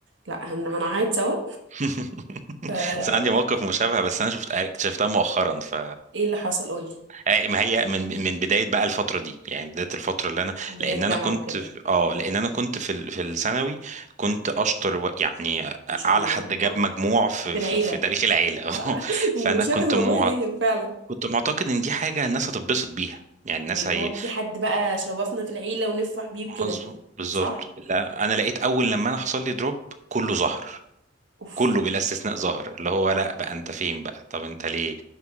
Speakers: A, on the right (about 70°); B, on the right (about 40°).
A: لا هن... هنقعد سوا
B: <laughs>
A: فا
B: بس عندي موقف مشابه بس انا شفت اكتشفتها مؤخرا ف
A: ايه اللي حصل قولي
B: آه، ما هي من من بدايه بقى الفتره دي يعني بدايه الفتره اللي انا
A: اللي
B: لان
A: هي الجامعه
B: انا كنت
A: وكده
B: في اه لان انا كنت في ال- في الثانوي كنت اشطر و- يعني
A: ما شاء
B: اعلى
A: الله
B: حد
A: الله
B: جاب
A: اكبر
B: مجموع في
A: في العيله
B: في, في تاريخ العيله
A: <laughs>
B: <laughs>
A: صح؟
B: فانا
A: مشابه
B: كنت
A: والله
B: مع...
A: ليا فعلا
B: كنت معتقد ان دي حاجه الناس هتتبسط بيها يعني الناس
A: واللي
B: هي
A: هو في حد بقى شرفنا في العيله ونفرح بيه وكده
B: مظبوط بالظبط
A: صح
B: لا انا لقيت اول لما انا حصل لي دروب كله ظهر
A: اوف
B: كله بلا استثناء ظهر اللي هو لا بقى انت فين بقى طب انت ليه